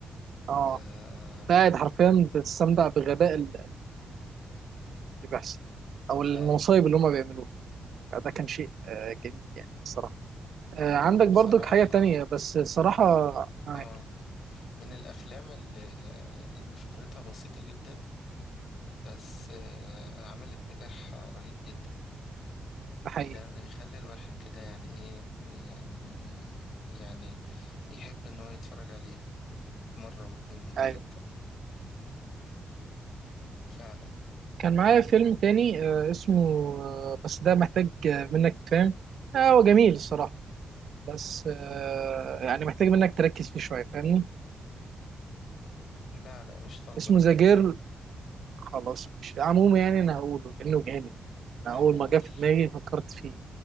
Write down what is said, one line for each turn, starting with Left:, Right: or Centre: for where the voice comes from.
Right: اه
Left: آه
Right: كنت قاعد حرفيا بتستمتع بغباء ال- اللي بيحصل او المصايب
Left: أي
Right: اللي هم بيعملوه ده كان شيء آه، جميل يعني الصراحه آه، عندك
Left: هو بصراحة
Right: برضك حاجه تانية بس صراحه معاك
Left: آه من الأفلام اللي اللي فكرتها بسيطة جدا بس آه عملت نجاح رهيب جدا
Right: ده حقيقي
Left: ده بيخلي الواحد كده يعني إيه يعني يعني يحب إن هو يتفرج عليها مرة واتنين وتلاتة
Right: ايوه
Left: فعلا
Right: كان معايا فيلم تاني آه، اسمه آه، بس ده محتاج آه، منك فاهم آه، هو جميل الصراحة بس آه، يعني محتاج منك تركز فيه شوية فاهمني
Left: لا لا مش طالبة
Right: اسمه
Left: تركيز
Right: ذا جيرل خلاص مش عموما يعني أنا هقوله لأنه جامد أنا أول
Left: قول
Right: ما جه في دماغي فكرت فيه